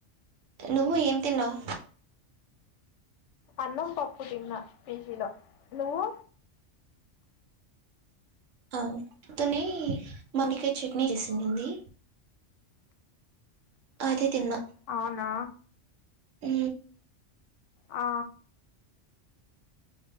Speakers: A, on the right (about 80°); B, on the left (about 75°).
A: నువ్వు ఏం తిన్నావు
B: అన్నం పప్పు తిన్న పీజీలో నువ్వు
A: ఆ అతనే మనకి చట్నీ చేసింది అదే తిన్నా
B: అవునా
A: ఉ
B: ఆ